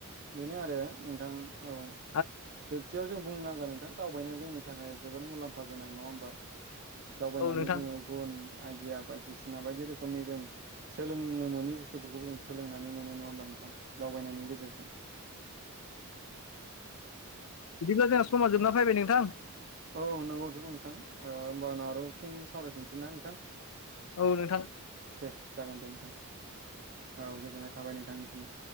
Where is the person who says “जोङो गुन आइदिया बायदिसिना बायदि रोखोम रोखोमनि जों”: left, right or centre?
Right